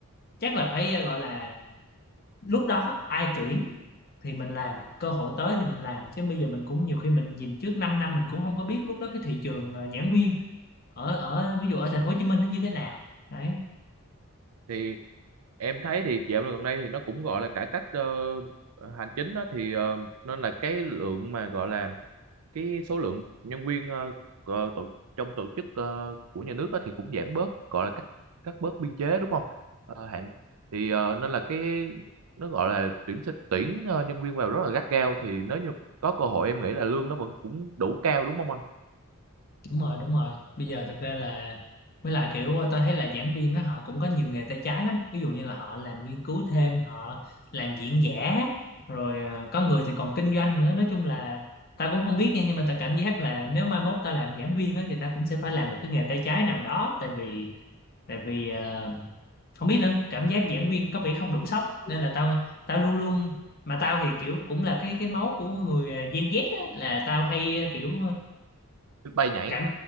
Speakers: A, on the left (about 45°); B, on the right (about 75°).
A: chắc là phải ờ, gọi là lúc đó ai tuyển thì mình làm cơ hội tới thì mình làm chứ bây giờ mình cũng nhiều khi mình nhìn trước 5 năm năm mình cũng không có biết lúc đó cái thị trường ờ, giảng viên ở ở ví dụ ở thành phố Hồ Chí Minh nó như thế nào đấy
B: thì em thấy thì dạo gần đây thì nó cũng gọi là cải cách ờ, hành chính đó thì ờ, nên là cái lượng mà gọi là cái số lượng nhân viên ờ, ờ, tổ, trong tổ chức ờ, của nhà nước á thì cũng giảm bớt gọi là cắt cắt bớt biên chế đúng không Ờ, hạn thì ờ, nên là cái nó gọi là tuyển sinh- tuyển ờ, nhân viên vào rất là gắt gao thì nếu như có cơ hội em nghĩ là lương nó vẫn cũng đủ cao đúng không anh
A: đúng rồi đúng rồi bây giờ thật ra là với lại kiểu ờ, tôi thấy là giảng viên đó họ cũng có nhiều nghề tay trái lắm ví dụ như là họ làm nghiên cứu thêm họ làm diễn giả rồi ờ, có người thì còn kinh doanh nữa nói chung là tao cũng không biết nha nhưng mà tao cảm giác là nếu mai mốt tao làm giảng viên á thì tao cũng sẽ phải làm một cái nghề tay trái nào đó tại vì tại vì ờ, không biết nữa cảm giác giảng viên có vẻ không đủ sốc nên là tao tao luôn luôn mà tao thì kiểu cũng là cái cái máu của người ờ, Gen Z á, là tao hay ờ, kiểu
B: Được bay nhảy
A: cảm